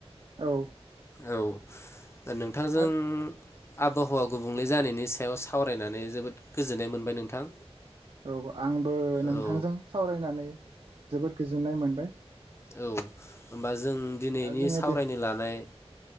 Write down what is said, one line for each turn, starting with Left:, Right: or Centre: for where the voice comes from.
Right: औ
Left: औ नोंथांजों
Right: आरो
Left: आबहावा गुबुंले जानायनि सायाव सावरायनानै जोबोद गोजोननाय मोनबाय नोंथां
Right: औ आंबो नोंथांजों
Left: औ
Right: सावरायनानै जोबोद गोज जोननाय मोनबाय
Left: औ होमबा ज जों दिनैनि
Right: आरो जोङो
Left: सावरायनो
Right: बे
Left: लानाय